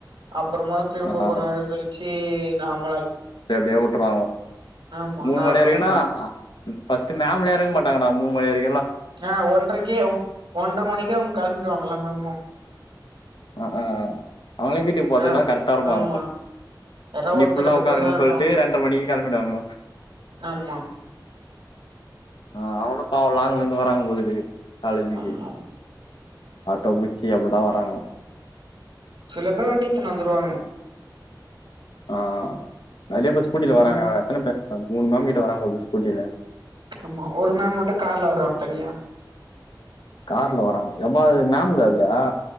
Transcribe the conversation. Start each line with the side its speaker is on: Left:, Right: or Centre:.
Right: அப் அப்புறமா திரும்ப
Left: ஆ
Right: கொன் நாள் கழிச்சி நாம்
Left: எப்டியா உட்ருவாங்க
Right: ஆமா
Left: மூண்
Right: நார்மல்
Left: மணி வரைக்குனா
Right: ஆக்கிடுவாங்க
Left: அ ம் பஸ்ட்டு மேம்லா இருக்க மாட்டாங்கடா மூண் மணி வரை
Right: ஆ ஒன்றைக்கே ஒன்ற மணிக்கே அவ்ங் கெள்ம்டுவாங்க எல்லா மாமு
Left: ஆ அ ஆ அவுங்ளே வீட்டுக் போர்தெல்லா
Right: ஆ
Left: கருட்டா இருப்பாங்க
Right: ஆமா யாரா
Left: இன்னி
Right: ஒருத்தர்
Left: ஃபுல்லா
Right: ரெண்டு
Left: உக்காருங்க
Right: பேர் தா இருப்பாங்க
Left: சொல்ட்டு ரெண்ர மணிக்கு கெளம்பிட்டான்வோ
Right: மா
Left: ஆ அவனு பாவோ லாங்ல இருந்து வராங்க போழுது காலேஜுக்கு
Right: ஆமா
Left: ஆட்டோ புட்ச்சி அப்டிதா வராங்க
Right: சில பேர் வண்டி எத்துனு வந்துருவாங்க
Left: ஆ நெறைய பேர் ஸ்கூட்டில
Right: ம்
Left: வராங்க எத்தன பேர் மூணு மாம் கிட்ட வராங்க இது ஸ்கூட்டில
Right: ஆமா ஒரு மேம் மட்டு கார்ல வருவாங்க தனியா
Left: கார்ல வராங்க எம்மா அது மாம்ல வர்லயா